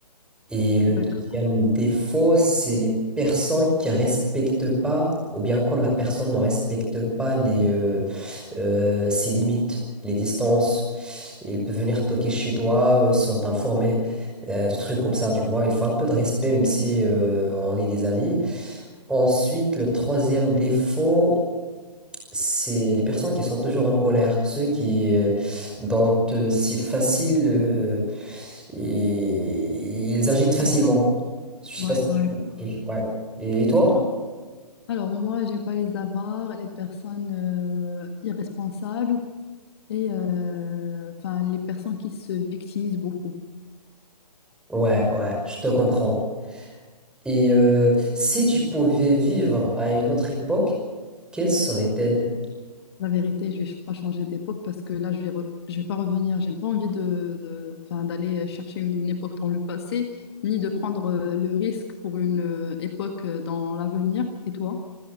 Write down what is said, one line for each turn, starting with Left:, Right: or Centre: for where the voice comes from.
Centre: Et le
Left: D'accord.
Centre: deuxième défaut, c'est les personnes qui respectent pas, ou bien quand la personne ne respecte pas les, euh, euh, ses limites, les distances. Il peut venir toquer chez toi, euh, sans t'informer, euh, des trucs comme ça, tu vois. Il faut un peu de respect, même si euh, on est des amis. Ensuite, le troisième défaut, c'est les personnes qui sont toujours en colère, ceux qui, euh, dont euh, c'est facile, euh, et- ils agitent facilement. Je sais
Left: Ouais,
Centre: pas si
Left: ouais.
Centre: tu m'as compris. Ouais. Et, et toi?
Left: ouais. Alors, moi, j'aime pas les avares, les personnes euh, irresponsables et euh, enfin, les personnes qui se victimisent beaucoup.
Centre: Ouais, ouais, je te comprends. Et euh, si tu pouvais vivre à une autre époque, quelle serait-elle?
Left: La vérité, je vais pas changer d'époque parce que là, je vais, re- je vais pas revenir. J'ai pas envie de, de- enfin, d'aller chercher une époque dans le passé, ni de prendre euh, le risque pour une euh, époque euh, dans l'avenir. Et toi?